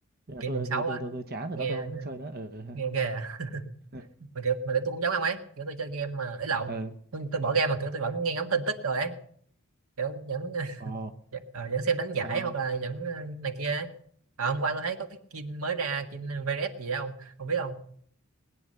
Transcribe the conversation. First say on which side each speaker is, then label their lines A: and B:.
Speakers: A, on the right; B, on the right.
A: nên là
B: kỷ
A: tôi
B: niệm xấu
A: tôi tôi
B: á
A: tôi, tôi chán rồi
B: nghe
A: đó tôi không chơi nữa ờ
B: nghe ghê à. <laughs>
A: <laughs>
B: mà kiểu mà kiểu tôi cũng giống ông ấy kiểu tôi chơi game mà ấy lộn
A: ờ
B: tôi, tôi bỏ game mà kiểu tôi vẫn nghe ngóng tin tức rồi ấy kiểu vẫn <laughs>
A: ồ
B: vẫn, ờ, vẫn xem đánh
A: sao
B: giải
A: không
B: hoặc là vẫn ờ, này kia ấy à, hôm qua tôi thấy có cái skin mới ra skin VRS gì đó không không biết không